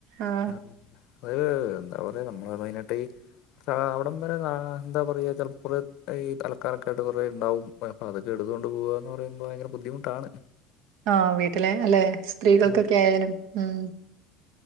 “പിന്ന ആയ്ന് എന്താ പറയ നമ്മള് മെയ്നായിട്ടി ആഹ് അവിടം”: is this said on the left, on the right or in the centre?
Left